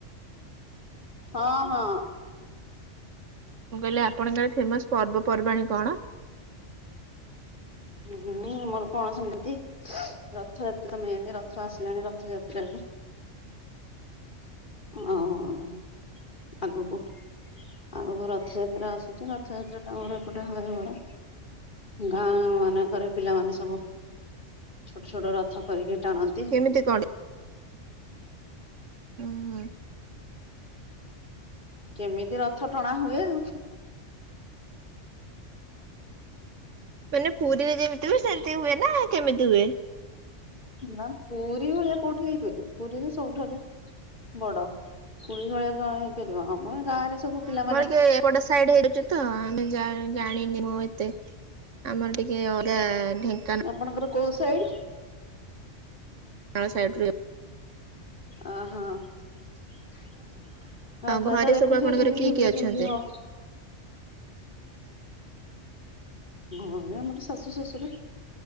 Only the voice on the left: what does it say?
ହଁ ହଁ
ହୁଁ ମୋର ପଣାସତି। ରଥଯାତ୍ରା ମେନ ରଥ ଆସିଲାଣି ରଥଯାତ୍ରା ଏବେ।
ହଁ ଅଁ। ଆଗକୁ ଆଗକୁ ରଥଯାତ୍ରା ଆସୁଛି ରଥଯାତ୍ରାଟା ଆମର ଏପଟେ ହଏ ବଡ଼। ଗାଁ ମାନଙ୍କରେ ପିଲାମାନେ ସବୁ ଛୋଟ ଛୋଟ ରଥ କରିକି ଟାଣନ୍ତି।
କେମିତି ରଥ ଟଣା ହୁଏ ଆଉ।
ନା ପୁରୀ ଭଳିଆ କୋଉଠି ହେଇପାରବ ପୁରୀରେ ସବୁଠାରୁ ବଡ ପୁରୀ ଭଳିଆ କଣ ହେଇ ପାରିବ ଆମଏ ଗାଁରେ ସବୁ ପିଲା
ଆପଣଙ୍କର କୋଉ ସାଇଡ?
ଅ ହ। ରଥଯାତ୍ରା
ଦେଖୁଥିବେ
ଟିଭି
ଫିଭିରେ
କେମିତି କ ଘରେ ଆମର ଶାଶୁ ଶଶୁର